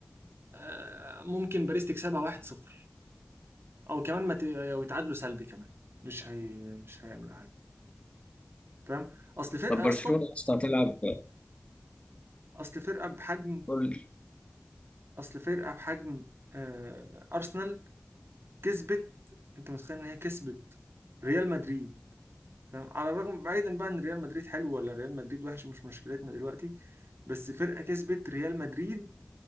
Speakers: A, on the right; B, on the left.
A: آه، ممكن باريس تكسبها 1-0 او كمان ما ت... أو يتعادلوا سلبي كمان مش هي مش هيعمل فاهم اصل فرقه
B: طب برشلونه
A: يا اسطى
B: اصلا هتلعب
A: اصل فرقه بحجم
B: قول لي.
A: اصل فرقه بحجم آه ارسنال كسبت انت متخيل ان هي كسبت ريال مدريد فاهم على الرغم بعيدا بقى ان ريال مدريد حلو ولا ريال مدريد وحش مش مشكلتنا دلوقتي بس فرقه كسبت ريال مدريد